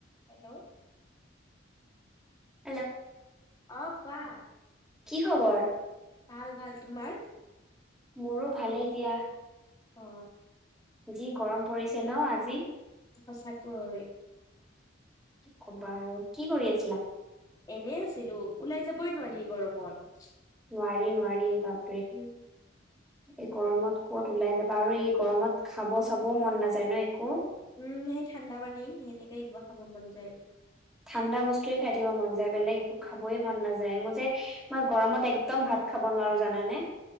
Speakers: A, on the left; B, in the centre.
A: Hello উ
B: hello
A: অ কোৱা
B: কি খবৰ?
A: ভাল ভাল তোমাৰ
B: মোৰো ভালেই এ দিয়া
A: অ
B: যি গৰম পৰিছে ন আজি
A: সঁচাকৈ
B: কি কবা আৰু কি কৰি আছিলা
A: এনে আছিলো ওলাই যাবই নোৱাৰি গৰমত
B: নোৱাৰি নোৱাৰি বাপৰে
A: উম
B: এই গৰমত কত ওলাই যাবা আৰু এই গৰমত খাব চাবও মন নাযায় ন একো
A: উম সেই ঠাণ্ডা পানী সেনেকে কিবা খাব মন যায়
B: ঠাণ্ডা বস্তুয়ে খাই দিব মন যায় বেলেগ একো খাবয় মন নাযায় মোৰ যে মই গৰমত একদম ভাত তাত খাব নোৱাৰো জানে